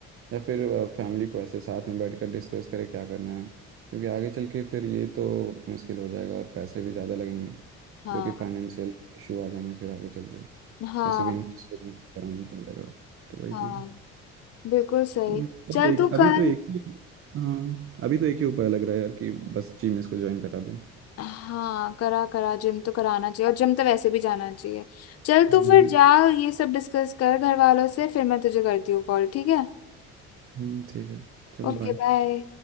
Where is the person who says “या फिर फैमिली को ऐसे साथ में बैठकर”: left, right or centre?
Right